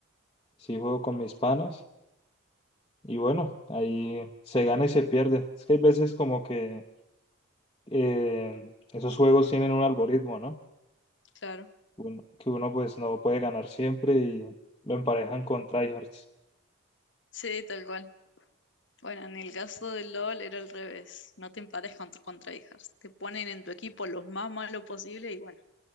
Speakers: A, on the left; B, on the left.
A: Sí juego con mis panas Y bueno, ahí se gana y se pierde. Es que hay veces como que eh, esos juegos tienen un algoritmo, ¿no?
B: Claro.
A: Uno- que uno pues no puede ganar siempre y lo emparejan con tryhards.
B: Sí, tal cual. Bueno, en el caso del LOL era al revés. No te empares con, contrahijas. Te ponen en tu equipo los más malos posible y bueno,